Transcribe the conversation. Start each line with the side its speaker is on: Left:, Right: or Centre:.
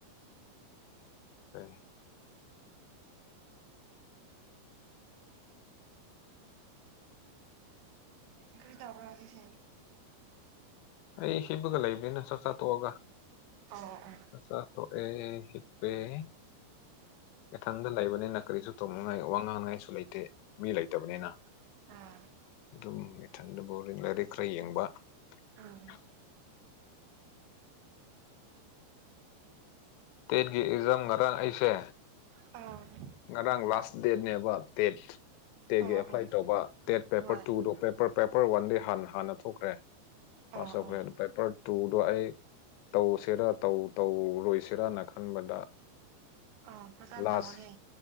Left: ꯍ
Right: ꯀ꯭ꯔꯤ ꯇꯕꯔꯖꯤꯁ
Left: ꯑꯩ ꯍꯤꯄꯒ ꯂꯩꯕꯅꯤꯅ ꯆꯥꯛꯆꯥꯥꯊꯣꯛꯑꯒ
Right: ꯑꯣ ꯑꯣ
Left: ꯆꯥꯛꯆꯥꯥ ꯊꯣꯛꯣꯛꯑꯦ ꯏꯊꯟꯇ ꯂꯩꯕꯅꯤꯅ ꯀꯔꯤꯁꯨ ꯇꯧꯅꯉꯥꯏ ꯋꯥ ꯉꯥꯡꯅꯉꯥꯏꯁꯨ ꯂꯩꯇꯦ ꯃꯤ ꯂꯩꯇꯕꯅꯤꯅ
Right: ꯑꯥ
Left: ꯑꯗꯨꯝ ꯏꯊꯟꯗ ꯕꯣꯔꯤꯡ ꯂꯥꯏꯔꯤꯛ ꯈꯔ ꯌꯦꯡꯕ
Right: ꯑꯥ
Left: ꯑ ꯇꯦꯠꯒꯤ ꯑꯦꯛꯖꯥꯝ ꯉꯔꯥꯡ ꯑꯩꯁꯦ
Right: ꯑꯥ
Left: ꯉꯔꯥꯡ ꯂꯥꯁ ꯗꯦꯠꯅꯦꯕ ꯗꯦꯠ ꯇꯦꯒꯤ
Right: ꯑꯣ
Left: ꯑꯦꯄ꯭ꯂꯥꯏ
Right: ꯑꯣ
Left: ꯇꯧꯕ ꯇꯦꯠ ꯄꯦꯄꯔ
Right: ꯍꯣꯏ
Left: ꯇꯨꯗꯨ ꯄꯦꯄꯔ ꯄꯦꯄꯔ ꯋꯥꯟꯗꯤ ꯍꯥꯟꯅ ꯍꯥꯟꯅ ꯊꯣꯛꯈ꯭ꯔꯦ ꯄꯁꯈꯅ
Right: ꯑꯥ ꯑꯥ
Left: ꯄꯦꯄꯔ ꯇꯨꯗꯣ ꯑꯩ ꯇꯧꯁꯤꯔ ꯇꯧ ꯇꯧꯔꯣꯏꯁꯤꯔꯅ ꯈꯟꯕꯗ
Right: ꯑꯥꯎ ꯐꯊ
Left: ꯂꯥꯁ
Right: ꯇ ꯍꯅꯦ